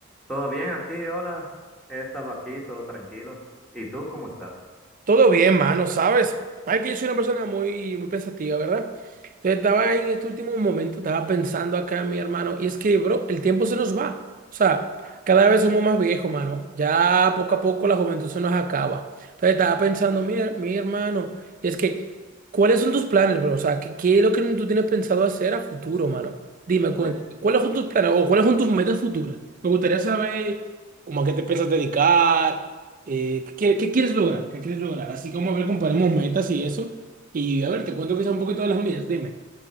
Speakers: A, in the centre; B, on the right (about 40°).
A: ¿todo bien aquí? Hola, he estado aquí, todo tranquilo. ¿Y tú cómo estás?
B: Todo bien, mano, ¿sabes? Ay, que yo soy una persona muy, muy pensativa, ¿verdad? Entonces estaba ahí en este último momento, estaba pensando acá en mi hermano, y es que, bro, el tiempo se nos va. O sea, cada vez somos más viejos, mano. Ya poco a poco la juventud se nos acaba. Entonces estaba pensando, mi, mi hermano, y es que, ¿cuáles son tus planes, bro? O sea, ¿qué, qué es lo que tú tienes pensado hacer a futuro, mano? Dime,
A: Bueno,
B: cuéntame, ¿cuáles son tus planes o cuáles son tus metas futuras? Me gustaría saber cómo a qué te piensas dedicar. eh, ¿qué, quiere- qué quieres lograr? ¿Qué quieres lograr? Así como a ver, comparemos metas y eso. Y a ver, te cuento quizá un poquito de las mías, dime.